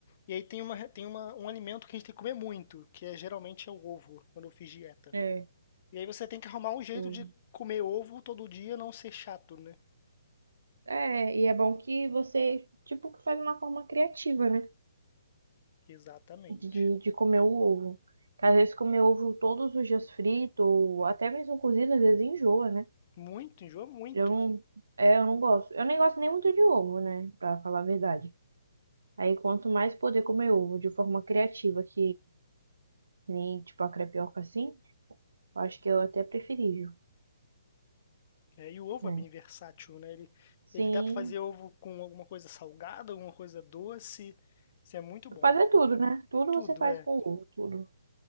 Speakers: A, on the left; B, on the right.
A: e aí tem uma, tem uma, um alimento que a gente tem que comer muito, que é geralmente é o ovo, quando eu fiz dieta.
B: É,
A: E aí você tem que arrumar um jeito
B: o-
A: de comer ovo todo dia, não ser chato, né?
B: é, e é bom que você, tipo, que faz uma forma criativa, né?
A: Exatamente.
B: De, de comer o ovo. Que às vezes comer ovo todos os dias frito, ou até mesmo cozido, às vezes enjoa, né?
A: Muito, enjoa muito.
B: Eu não, é, eu não gosto. Eu nem gosto nem muito de ovo, né? Pra falar a verdade. Aí quanto mais poder comer ovo de forma criativa, que, que nem, tipo, a crepioca assim, eu acho que eu até preferível.
A: É, e o ovo
B: né?
A: é bem versátil, né? Ele, ele
B: Sim.
A: dá pra fazer ovo com alguma coisa salgada, alguma coisa doce. Isso é muito bom.
B: Fazer tudo, né? Tudo
A: Tudo
B: você faz
A: é.
B: com ovo, tudo.